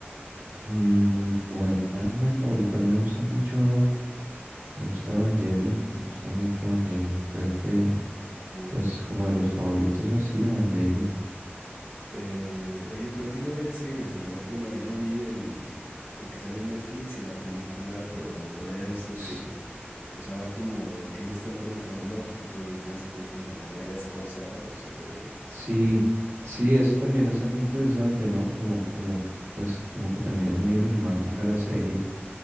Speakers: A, on the right (about 90°); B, on the left (about 65°).
A: Mm, bueno, un anime favorito, a mí me gusta mucho, me gusta Evangelion, me gusta mucho Evangelion, creo que
B: Uf.
A: pues como de los favoritos así, Evangelion.
B: Eh, oye, pero tiene varias series, ¿no? Bueno, yo vi el, el que salió en Netflix y la película, pero por ahí he visto
A: <sniffs>
B: que, o sea, va como eh, que no está en orden cronológico y tienes que ver como varias cosas. eh,
A: Sí, sí, eso también es algo interesante, ¿no? Como, como, pues, como que también es muy enigmática la serie